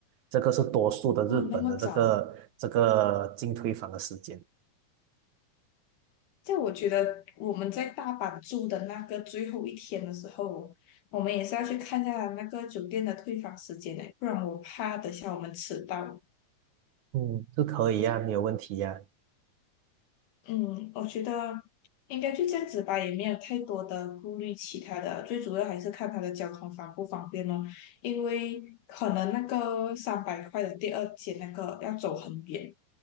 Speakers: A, on the right (about 70°); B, on the left (about 80°).
A: 这个是多数的日本的这个这个进退房的时间。
B: 哦，那么早啊！在我觉得我们在大阪住的那个最后一天的时候，我们也是要去看一下那个酒店的退房时间的，不然我怕等下我们迟到。
A: 嗯，是可以呀、没有问题呀、
B: 嗯，我觉得应该就这样子吧，也没有太多的顾虑其他的，最主要还是看它的交通方不方便咯。因为可能那个三百块的第二节那个要走很远，